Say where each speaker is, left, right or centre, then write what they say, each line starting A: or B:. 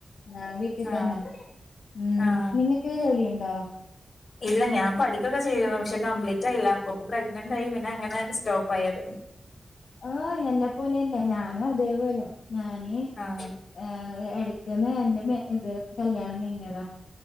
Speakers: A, on the left (about 70°); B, on the left (about 55°).
A: ആ വീട്ടിൽ
B: ആഹ്
A: തന്നെ ഉ
B: ആഹ്
A: നിങ്ങക്ക് ജോലിയ ഉണ്ട് ആ
B: ഇല്ല ഞാൻ പഠിക്കൊക്കെ ചെയ്രുന്നു പക്ഷെ കംപ്ലീറ്റ് ആയില്ല അപ്പപ്പ പ്രഗ്നന്റ് ആയി പിന്നെ അങ്ങനെ സ്റ്റോപ്പ് ആയത്
A: ആഹ് എന്നെ പോലെന്നെ ഞാനും അതേപോലെ ഞാന്
B: ആഹ്
A: ഏഹ എടുക്കുന്ന എന്റെ ഇത് കല്യാണം കഴിഞ്ഞിയതാ